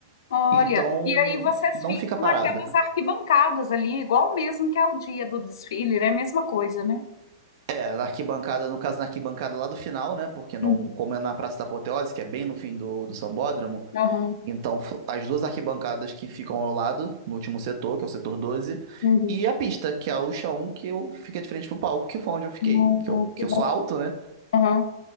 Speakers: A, on the left; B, on the right.
A: Olha,
B: Então,
A: e aí vocês
B: não
A: ficam
B: fica parado.
A: naquelas arquibancadas ali, igual mesmo que é o dia do desfile, né? Mesma coisa, né?
B: É Na arquibancada, no caso, na arquibancada lá do final, né? Porque não,
A: Uhum,
B: como é na Praça da Apoteose, que é bem no fim do, do Sambódromo,
A: aham,
B: então as duas arquibancadas que ficam ao lado, no último setor, que é o setor 12,
A: uhum,
B: e a pista, que é o chão, que eu fica de frente pro palco, que foi onde eu fiquei,
A: uhum,
B: que eu, que
A: que
B: eu
A: bacana.
B: sou alto, né?
A: Aham,